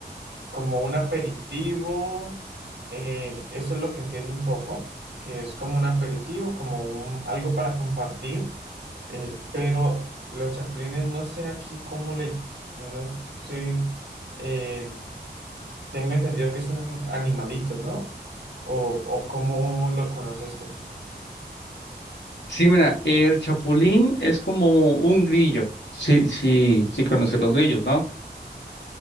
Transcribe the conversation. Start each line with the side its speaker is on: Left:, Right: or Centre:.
Right: como un aperitivo, eh, eso es lo que entiendo un poco, que es como un aperitivo, como un- algo para compartir, eh, pero los chapulines no sé aquí cómo le, no sé. eh, Tengo entendido que es un am- animalito, ¿no? ¿O, o cómo lo conoces tú?
Left: Sí, mira, el chapulín es como un grillo, sí, sí, sí conoces los grillos, ¿no?